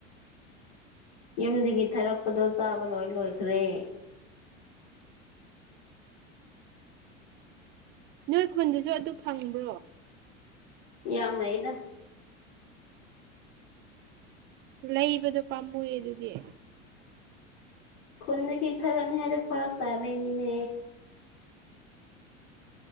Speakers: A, on the left (about 65°); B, on the right (about 30°).
A: ꯌꯨꯝꯗꯒꯤ ꯊꯥꯔꯛꯄꯗꯣ ꯆꯥꯕ ꯂꯣꯏ ꯂꯣꯏꯈ꯭ꯔꯦ
B: ꯅꯣꯏ ꯈꯨꯟꯗꯁꯨ ꯑꯗꯨ ꯐꯪꯕ꯭ꯔꯣ
A: ꯌꯥꯝ ꯂꯩꯗꯥ
B: ꯂꯩꯕꯗꯣ ꯄꯥꯝꯃꯨꯌꯦ ꯑꯗꯨꯗꯤ
A: ꯈꯨꯟꯗꯒꯤ ꯊꯥꯔꯛꯅꯤꯉꯥꯏꯗꯣ ꯐꯔꯛ ꯇꯥꯕꯩꯅꯤꯅꯦ